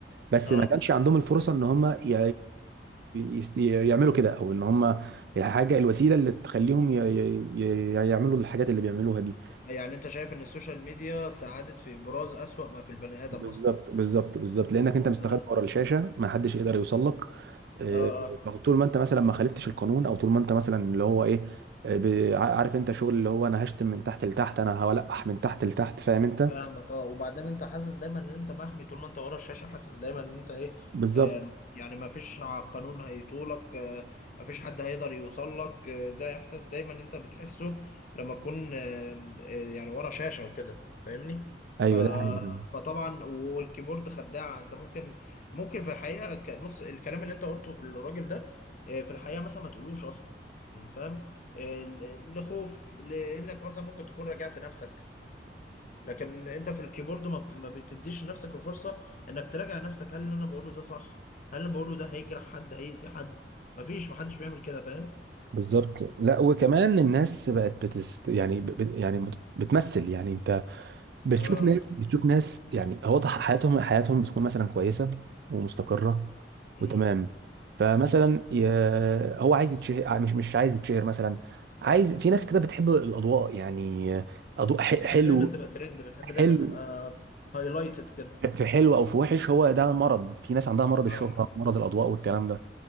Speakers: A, on the right; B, on the left.
A: بس
B: اه
A: ما كانش عندهم الفرصه ان هم ي- ي- ي- يست- يعملوا كده او ان هم الحاجه الوسيله اللي تخليهم ي- ي- ي- يعملوا الحاجات اللي بيعملوها دي
B: يعني انت شايف ان السوشيال ميديا ساعدت في ابراز اسوأ ما في البني ادم
A: بالظبط
B: اصلا
A: بالظبط بالظبط لانك انت مستخبي
B: اه
A: ورا الشاشه ما حدش يقدر يوصل لك آه،
B: اه اه
A: فطول ما انت مثلا ما خالفتش القانون او طول ما انت مثلا اللي هو ايه آه، ب- عارف انت شغل اللي هو انا هشتم من تحت لتحت انا هولقح من تحت لتحت فاهم انت
B: فاهمك اه وبعدين انت حاسس دايما ان انت محمي طول ما انت ورا الشاشة حاسس دايما ان انت ايه
A: بالظبط
B: آم، يعني ما فيش قانون هيطولك آه، ما فيش حد هيقدر يوصل لك آه، ده احساس دايما انت بتحسه لما تكون آم، آه، يعني ورا شاشة وكده فاهمني
A: ايوه
B: ف
A: ده حقيقي فعلا.
B: فطبعا والكيبورد خداعة انت ممكن ممكن في الحقيقة ك- نص الكلام اللي انت قلته في الراجل ده آه، في الحقيقة مثلا ما تقولوش اصلا يعني فاهم آه، ل- لخوف لانك مثلا ممكن تكون راجعت نفسك لكن انت في الكيبورد ما بت- ما بتديش لنفسك الفرصة انك تراجع نفسك هل اللي انا بقوله ده صح هل اللي بقوله ده هيجرح حد هيأذي حد مفيش محدش بيعمل كده فاهم
A: بالظبط لا وكمان الناس بقت بتست يعني ب... ب- يعني بت- بتمثل يعني انت بتشوف
B: اه
A: ناس بتشوف ناس يعني هو ضح- حياتهم حياتهم بتكون مثلا كويسه ومستقره
B: مم.
A: وتمام فمثلا ي... هو عايز يتشهر مش مش عايز يتشهر مثلا عايز في ناس كده بتحب الاضواء يعني اضواء ح-
B: تحب
A: حلو
B: دايما تبقى ترند بتحب
A: حلو
B: دايما تبقى هايلايتد كده
A: في حلو او في وحش هو ده مرض في ناس عندها مرض الشهره
B: اه
A: مرض الاضواء والكلام ده